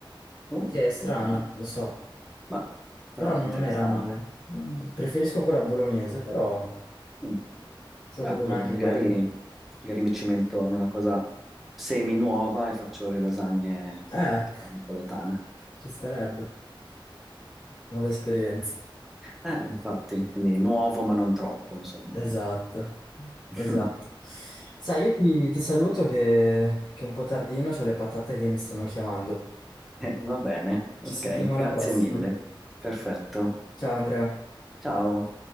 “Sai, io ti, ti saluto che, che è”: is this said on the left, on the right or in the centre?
Left